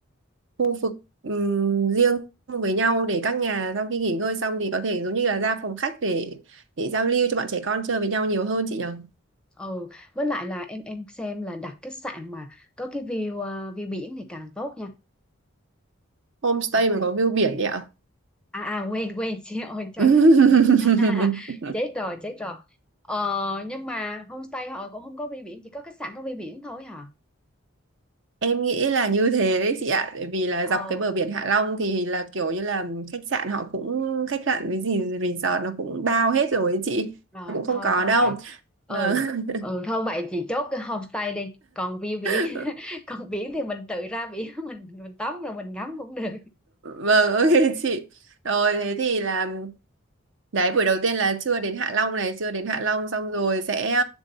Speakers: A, on the right; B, in the centre.
A: khu vực ừm, riêng với nhau để các nhà sau khi nghỉ ngơi xong thì có thể giống như là ra phòng khách để để giao lưu cho bọn trẻ con chơi với nhau nhiều hơn chị nhở
B: ừ với lại là em em xem là đặt khách sạn mà có cái view à, view biển thì càng tốt nha
A: homestay
B: được không
A: mà có view biển đấy ạ
B: à à quên quên <laughs> chị ơi trời
A: <laughs>
B: à, chết rồi chết rồi ờ nhưng mà homestay họ cũng không có view biển chỉ có khách sạn có view biển thôi hả
A: em nghĩ là như thế đấy chị ạ bởi vì là dọc
B: ờ
A: cái bờ biển Hạ Long thì là kiểu như là khách sạn họ cũng khách sạn với gì resort nó cũng bao hết rồi ấy chị
B: rồi
A: cũng không
B: thôi
A: có
B: thôi
A: đâu
B: vậy ừ
A: vâng
B: ừ thôi vậy chị chốt cái homestay đi còn view biển
A: <laughs>
B: <laughs> còn biển thì mình tự ra biển <laughs> mình mình tắm rồi mình ngắm cũng được
A: vâng <laughs> ok chị rồi thế thì là đấy buổi đầu tiên là chưa đến Hạ Long này chưa đến Hạ Long xong rồi sẽ